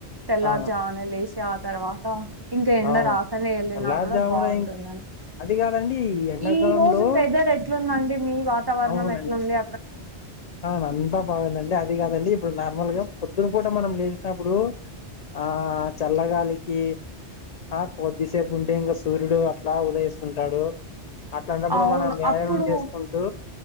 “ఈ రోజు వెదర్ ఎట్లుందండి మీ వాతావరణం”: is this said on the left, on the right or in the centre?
Right